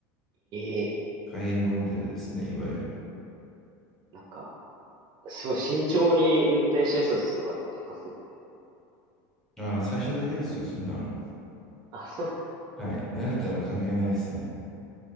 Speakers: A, on the right; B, in the centre.
A: ええ
B: ハイエンドモデルですね、いわゆる。
A: なんか、すごい慎重に運転しちゃいそうです、その後高すぎて。
B: ああ、最初だけですよ、そんなの。
A: あ、そう。
B: はい。慣れたら関係ないですね。